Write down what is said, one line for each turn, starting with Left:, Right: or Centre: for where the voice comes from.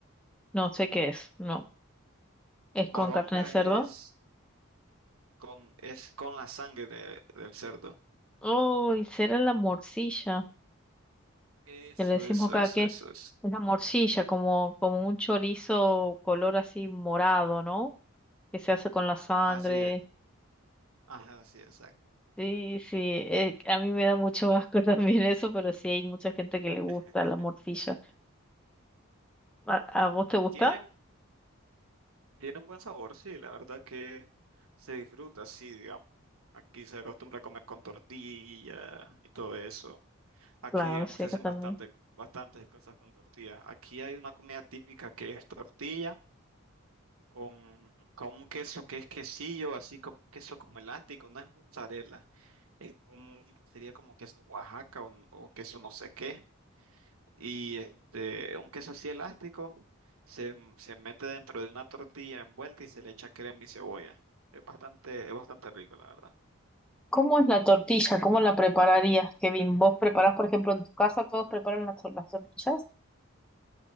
Centre: No sé qué es. No. ¿Es
Right: Moronga
Centre: con carne de cerdo?
Right: es con, es con la sangre de- del cerdo.
Centre: Oh, y será la morcilla,
Right: Eso,
Centre: que le decimos
Right: eso,
Centre: acá
Right: eso,
Centre: que
Right: eso, eso.
Centre: es la morcilla, como, como un chorizo color así morado, ¿no? Que se hace con la sangre.
Right: Ajá, sí, eh, ajá, sí, exacto.
Centre: Sí, sí, eh, a mí me da mucho asco <laughs> también eso, pero sí hay mucha gente que le gusta
Right: <laughs>
Centre: la morcilla. ¿A, a vos te gusta?
Right: Tiene, tiene un buen sabor, sí, la verdad que se disfruta, sí, digamos. Aquí se acostumbra a comer con tortilla y todo eso. Aquí,
Centre: Claro,
Right: digamos,
Centre: sí,
Right: se
Centre: acá
Right: hacen
Centre: también.
Right: bastante, bastantes cosas con tortilla. Aquí hay una comida típica que es tortilla con, con un queso que es quesillo, así como un queso como elástico, no es mozzarella, es como, sería como queso Oaxaca o, o queso no sé qué. y este, un queso así elástico se, se mete dentro de una tortilla envuelta y se le echa crema y cebolla. Es bastante, es bastante rico, la verdad.
Centre: ¿Cómo es la tortilla? ¿Cómo la prepararías, Kevin? ¿Vos preparás, por ejemplo, en tu casa todos preparan las, tor- las tortillas?